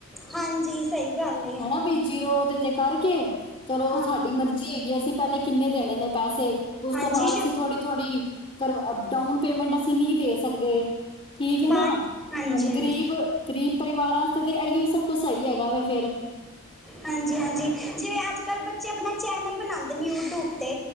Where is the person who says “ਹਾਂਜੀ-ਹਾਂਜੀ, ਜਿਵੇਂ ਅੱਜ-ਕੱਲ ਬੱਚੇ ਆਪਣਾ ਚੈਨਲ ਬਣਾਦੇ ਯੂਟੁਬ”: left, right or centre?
Centre